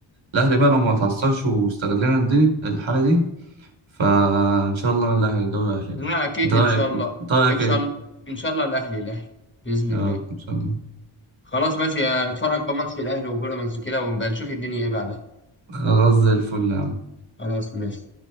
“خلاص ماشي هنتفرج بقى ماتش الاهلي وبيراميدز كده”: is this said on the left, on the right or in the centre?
Left